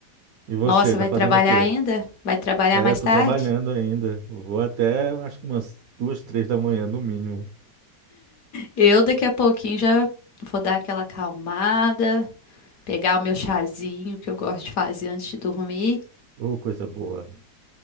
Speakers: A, on the right; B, on the left.
A: E você,
B: Nossa,
A: tá
B: vai
A: fazendo
B: trabalhar
A: o quê?
B: ainda? Vai trabalhar
A: É,
B: mais
A: tô
B: tarde?
A: trabalhando ainda. Eu Vou até acho que umas duas, três da manhã no mínimo.
B: Eu daqui a pouquinho já vou dar aquela acalmada, pegar o meu chazinho que eu gosto de fazer antes de dormir
A: Ô, coisa boa.